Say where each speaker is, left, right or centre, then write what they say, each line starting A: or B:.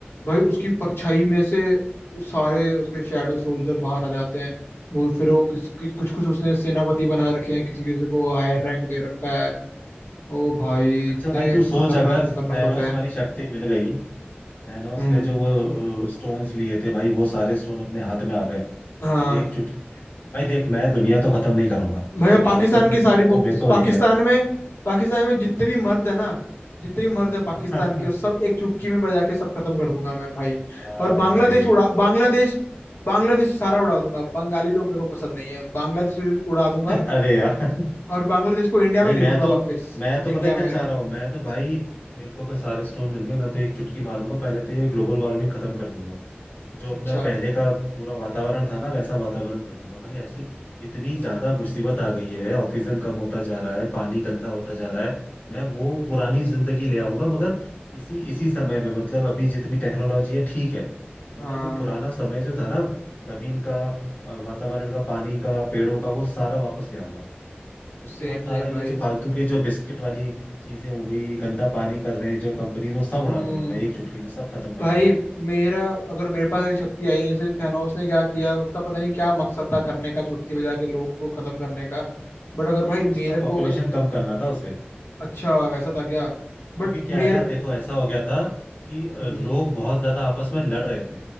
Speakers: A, on the left; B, on the left.
A: भाई उसकी परछाई में से सारे उसके शैडो सोल्जर बाहर आ जाते हैं वो फिर वो किस कि, कुछ कुछ उसने सेनापति बना रखे हैं किसी किसी को हायर रैंक दे रखा है ओ भाई
B: अच्छा
A: इतने
B: भाई तू सोच
A: खतरनाक
B: अगर
A: खतरनाक
B: थैनोस
A: होते हैं
B: वाली शक्ति मिल गई थैनोस
A: हम्म
B: ने जो वो स्टोन्स लिए थे भाई वो सारे स्टोन अपने हाथ में आ गए
A: हाँ
B: और एक चुटकी में भाई देख मैं दुनिया तो खत्म नहीं करूंगा
A: भाई
B: ये
A: पाकिस्तान
B: फालतू की
A: की
B: इच्छाएं
A: सारी पॉप-
B: तो मेरे को
A: पाकिस्तान
B: नहीं है
A: में पाकिस्तान में जितने भी मर्द है ना जितने भी मर्द है पाकिस्तान
B: <laughs>
A: के वो सब एक चुटकी में बजा के सब खत्म कर दूंगा मैं भाई
B: हाँ
A: और बांग्लादेश
B: भाई
A: उड़ा बांग्लादेश बांग्लादेश सारा उड़ा दूंगा बंगाली लोग मेरे को पसंद नहीं है बांग्लादेश उड़ा दूंगा
B: अरे यार
A: और बांग्लादेश को इंडिया
B: भाई
A: में ले
B: मैं
A: लूंगा
B: तो
A: वापस
B: मैं तो
A: इंडिया
B: पता क्या
A: में
B: चाह रहा हूँ मैं तो भाई मेरे को अगर सारे स्टोन मिल गए मैं तो एक चुटकी मारूंगा पहले तो ये ग्लोबल वार्मिंग खत्म कर दूंगा जो
A: अच्छा
B: अपना पहले का पूरा वातावरण था ना वैसा वातावरण कर दूंगा भाई ऐसी इतनी ज्यादा मुसीबत आ गई है ऑक्सीजन कम होता जा रहा है पानी गंदा होता जा रहा है मैं वो पुरानी जिंदगी ले आऊंगा मगर इसी इसी समय में मतलब अभी जितनी टेक्नोलॉजी है ठीक है मगर
A: हाँ
B: वो पुराना समय जो था ना जमीन का अ, वातावरण का पानी का पेड़ों का वो सारा वापस ले आऊंगा उसके
A: सेम
B: बाद सारा
A: सेम
B: ये
A: भाई
B: जो फालतू के जो बिस्किट वाली चीजें हो गई गंदा पानी कर रहे हैं जो कंपनीज वो सब
A: हम्म
B: उड़ा दूंगा मैं एक चुटकी में सब खत्म कर
A: भाई
B: दूंगा
A: मेरा अगर मेरे पास ऐसी शक्ति आई है जैसे थैनोस ने क्या किया उसका पता नहीं क्या मकसद था करने का चुटकी बजा के लोग को खत्म करने का बट अगर
B: नहीं
A: भाई मेरे
B: उसका
A: को
B: पॉपुलेशन
A: अगर-
B: कम करना था उसे
A: अच्छा वैसा था क्या बट
B: क्योंकि क्या
A: मेरे
B: है ना देखो ऐसा हो गया था कि अ,
A: हम्म
B: लोग बहुत ज्यादा आपस में लड़ रहे थे